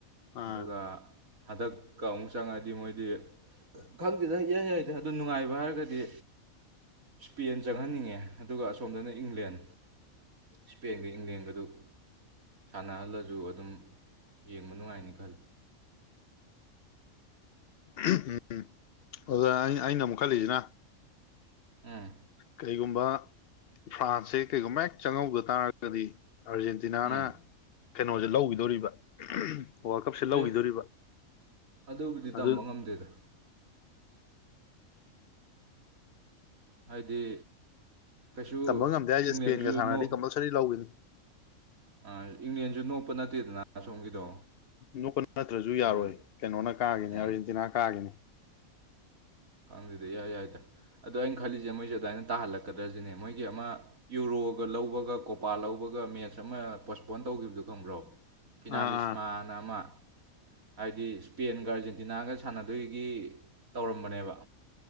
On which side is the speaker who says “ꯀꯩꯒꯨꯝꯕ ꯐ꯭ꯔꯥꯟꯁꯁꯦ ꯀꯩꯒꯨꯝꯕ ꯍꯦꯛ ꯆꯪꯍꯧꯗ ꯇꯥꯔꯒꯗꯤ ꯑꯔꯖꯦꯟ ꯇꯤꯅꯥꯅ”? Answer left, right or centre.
Left